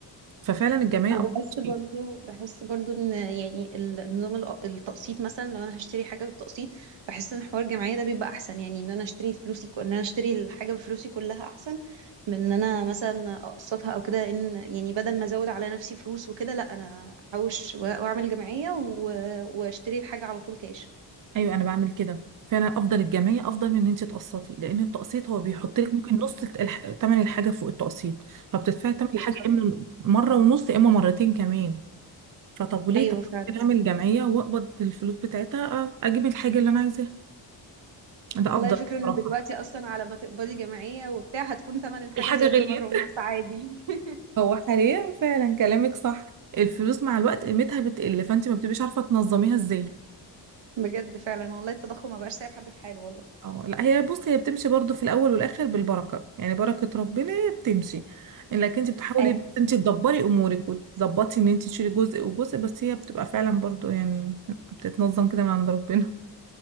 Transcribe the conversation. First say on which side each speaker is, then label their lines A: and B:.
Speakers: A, on the right; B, on the right.
A: ففعلا الجمعيه
B: انا
A: افضل
B: بحس برضو
A: شيء
B: بحس برضو ان يعني النظام الأ- التقسيط مثلا لو انا هشتري حاجه بالتقسيط بحس ان حوار الجمعيه ده بيبقى احسن يعني ان انا اشتري فلوسي ان انا اشتري الحاجه بفلوسي كلها احسن من ان انا مثلا اقسطها او كده لان يعني بدل ما ازود على نفسي فلوس وكده لا انا احوش و- واعمل جمعيه و- واشتري الحاجه على طول كاش
A: ايوه انا بعمل كده فعلا افضل الجمعيه افضل من ان انت تقسطي لان التقسيط هو بيحط لك ممكن نص الح- تمن الحاجه فوق التقسيط فبتدفعي تمن
B: بالظبط
A: الحاجه اما مره ونص اما مرتين كمان فطب وليه
B: ايوه
A: طب
B: فعلا
A: ممكن اعمل جمعيه واقبض الفلوس بتاعتها أ- اجيب الحاجه اللي انا عايزاها ده
B: والله
A: افضل
B: الفكره
A: بصراحه
B: ان دلوقتي اصلا على ما تقبضي جمعيه وبتاع هتكون ثمن الحاجه
A: الحاجه
B: زادت
A: غليت
B: مره ونص عادي <laughs>
A: <laughs> هو حاليا فعلا كلامك صح الفلوس مع الوقت قيمتها بتقل فانت ما بتبقيش عارفه تنظميها ازاي
B: بجد فعلا والله التضخم ما بقاش سايب حد في حاله والله
A: اه لا هي بص هي بتمشي برضو في الاول والاخر بالبركه يعني بركه ربنا هي بتمشي لكن انت بتحاولي
B: أيوة.
A: بس انت تدبري امورك وتظبطي ان انت تشيلي جزء وجزء بس هي بتبقى فعلا برضو يعني بتتنظم كده من عند ربنا